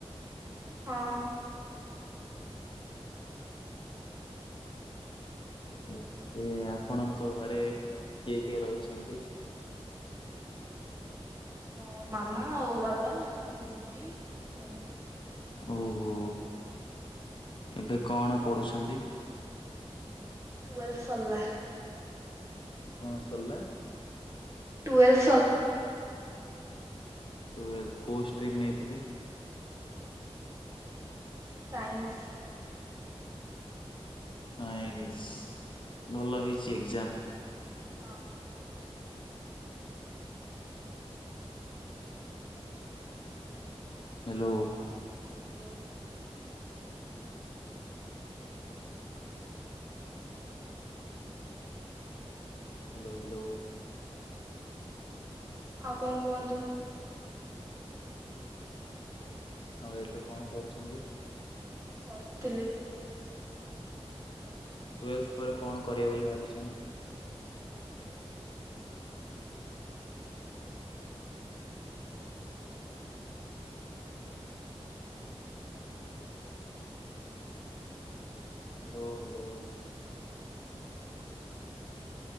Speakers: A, on the right (about 25°); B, on the left (about 50°).
A: ହଁ
B: ଓକେ ଆପଣଙ୍କ ଘରେ କିଏ କିଏ ରହୁଛନ୍ତି?
A: ମୋ ମାମା ଆଉ ବାବା, ଦିଦି ମୁଁ।
B: ଓହୋ ଏବେ କଣ ପଢୁଛନ୍ତି?
A: ଟୁୱେଲଥ ସରିଲା।
B: କଣ ସରିଲ?
A: ଟୁଏେଲ୍।
B: ଟୁଏଲ୍ଭ କୋ ଷ୍ଟ୍ରିମ୍ ନେଇଥିଲେ?
A: ସାଇନ୍ସ।
B: ସାଇନ୍ସ ଭଲ ହେଇଛି ଏକ୍ଜାମ?
A: ହଁ
B: ହ୍ୟାଲୋ
A: ହ୍ୟାଲୋ
B: ହ୍ୟାଲୋ ହ୍ୟାଲୋ।
A: ଆଉ କଣ କୁହନ୍ତୁ?
B: ଆଉ ଏବେ କଣ କରୁଛନ୍ତି?
A: ବସିଥିଲି।
B: ଟୁଏଲଥ ପରେ କଣ କରିବେ ବୋଲି ଭାବିଛନ୍ତି? ହ୍ୟାଲୋ ହ୍ୟାଲୋ